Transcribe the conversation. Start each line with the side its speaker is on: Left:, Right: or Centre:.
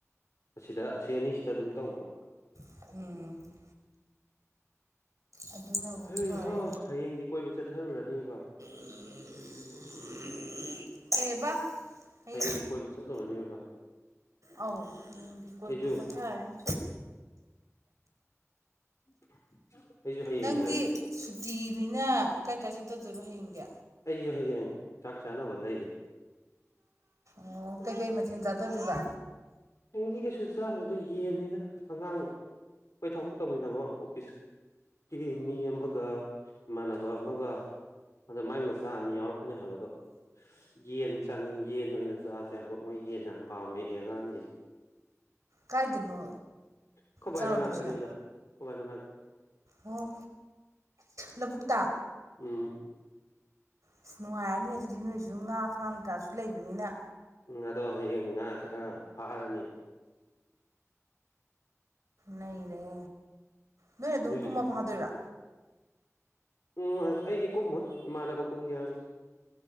Left: ꯑꯁꯤꯗ ꯑꯁꯤ ꯑꯅꯤꯁꯤꯗ ꯑꯗꯨꯝ ꯇꯧꯕ
Right: <unintelligible> ꯑꯗꯨꯅꯕꯨ
Left: ꯍꯩ
Right: ꯐꯔꯦ
Left: ꯍꯥ ꯍꯌꯦꯡꯗꯤ ꯀꯣꯏꯕ ꯆꯠꯊꯔꯨ ꯔꯅꯤꯕ
Right: <unintelligible> ꯀꯩꯍꯥꯏꯕ ꯍꯌꯦꯡ
Left: ꯍꯌꯦꯡꯗꯤ ꯀꯣꯏꯕ ꯆꯠꯂꯨꯔꯅꯦꯕ
Right: ꯑꯥꯎ ꯍꯌꯦꯡꯗꯤ ꯀꯣꯏꯕ
Left: ꯑꯩꯁꯨ
Right: ꯆꯠꯊꯔꯅꯤ
Left: <inaudible>
Right: ꯅꯪꯗꯤ
Left: ꯂꯩ
Right: ꯁꯨꯇꯤꯅꯤꯅ ꯀꯥꯏ ꯀꯥꯏ ꯆꯠꯇꯗꯣꯏꯕ ꯍꯌꯦꯡꯗꯤ
Left: ꯑꯩꯁꯨ ꯍꯌꯦꯡ ꯆꯥꯛ ꯆꯥꯅꯕ ꯂꯩꯌꯦ
Right: ꯑꯣ ꯀꯩ ꯀꯩ ꯃꯊꯦꯜ ꯆꯊꯥꯗꯨꯏꯕ
Left: ꯍꯦꯡꯗꯤ ꯀꯩꯁꯨ ꯆꯥꯔꯨꯨꯔꯗ ꯌꯦꯟꯅꯤꯅ ꯑꯉꯥꯡ ꯑꯩꯈꯣꯏ ꯊꯕꯛ ꯇꯧꯃꯤꯟꯅꯕ ꯑꯣꯐꯤꯁ ꯀꯤ ꯃꯤ ꯑꯃꯒ ꯏꯃꯥꯟꯅꯕ ꯑꯃꯒ ꯑꯗ ꯃꯥꯏ ꯃꯆꯥ ꯑꯅꯤ ꯌꯥꯎꯔꯛꯀꯅꯤ ꯍꯥꯏꯕꯗꯣ ꯌꯦꯟ ꯆꯥꯅꯤꯡ ꯌꯦꯟ ꯑꯣꯏꯅ ꯆꯥ ꯆ ꯍꯥꯏꯕ ꯃꯣꯏ ꯌꯦꯟ ꯌꯥꯝ ꯄꯥꯝꯃꯦꯌꯦ ꯑꯉꯥꯡꯅꯦꯅ
Right: ꯀꯥꯏꯗꯅꯣ
Left: ꯑꯈꯣꯏ ꯕꯥ
Right: ꯆꯥꯔꯨꯗꯣꯏꯁꯤꯅ
Left: ꯃꯅꯥꯛꯇꯅꯤꯗ ꯑꯈꯣꯏ ꯕꯥ ꯃꯅꯥꯛꯇ
Right: ꯑꯣ ꯂꯧꯕꯨꯛꯇ
Left: ꯎꯝ
Right: ꯑꯁ ꯅꯨꯡꯉꯥꯏꯔꯅꯤ ꯑꯗꯨꯗꯤ ꯅꯣꯏꯁꯨ ꯉꯥ ꯐꯥꯝ ꯀꯩꯀꯥꯁꯨ ꯂꯩꯕꯅꯤꯅ
Left: ꯑꯗꯣ ꯍꯌꯦꯡ ꯉꯥ ꯈꯔ ꯐꯥꯔꯅꯤ
Right: ꯂꯩꯔꯦ ꯅꯣꯏ ꯑꯗꯨꯝ
Left: ꯅꯣꯏꯁꯨ
Right: ꯀꯨꯝꯃ ꯐꯥꯗꯣꯏꯔꯥ
Left: ꯎꯝ ꯑꯩꯗꯤ ꯀꯨꯝꯃꯣꯏ ꯏꯃꯥꯟꯅꯕ ꯀꯨꯝꯒꯦ ꯍꯥꯏꯕ